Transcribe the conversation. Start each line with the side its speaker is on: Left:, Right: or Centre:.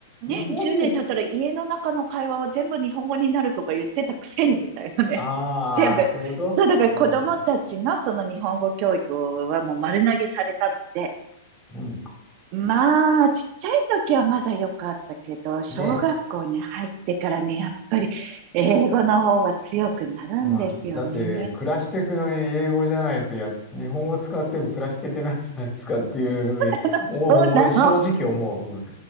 Left: 日本です。
Right: ね、10年経ったら家の中の会話は全部日本語になるとか言ってたくせにみたいなね。
Left: ああ、
Right: <laughs> 全部。
Left: そういうことうん。
Right: そう、だから子供たちのその日本語教育はもう丸投げされたので、
Left: うん。
Right: まあ、ちっちゃい時はまだ良かったけど、小学校に入ってからね、
Left: ねえ。
Right: やっぱり英語の方が強くなるんですよね。
Left: まあ、だって、暮らしていくのに英語じゃないとや、日本語使っても暮らしていけないじゃないですかっていうふうに、
Right: <laughs>
Left: おお正直思う。
Right: そうなの。
Left: うん